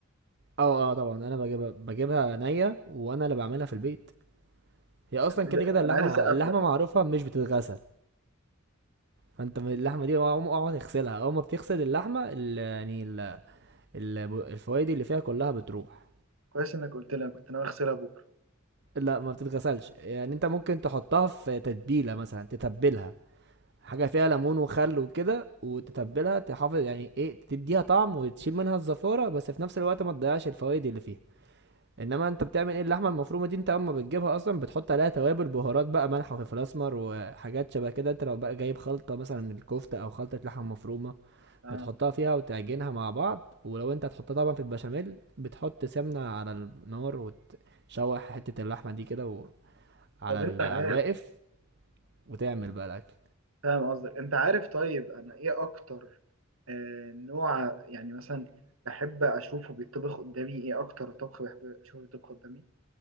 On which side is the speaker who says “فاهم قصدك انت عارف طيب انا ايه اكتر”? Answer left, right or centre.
Right